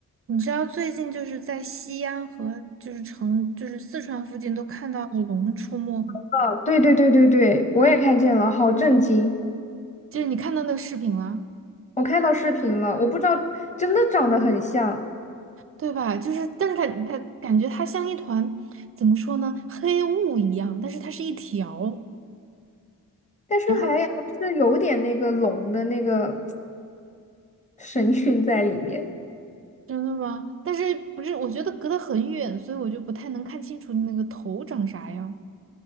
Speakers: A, on the right; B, on the left.
A: 你知道最近就是在西安和就是成就是四川附近都看到了龙出没吗
B: 啊，对对对对对，我也看见了，好震惊！
A: 就是你看到那个视频了，
B: 我看到视频了，我不知道，真的长得很像，
A: 对吧？就是但是它它感觉它像一团怎么说呢，黑雾一样，但是它是一条。
B: 但是还还是有点那个龙的那个
A: 然后
B: <laughs> 神韵在里面，
A: 真的吗？但是不是？我觉得隔得很远，所以我就不太能看清楚那个头长啥样。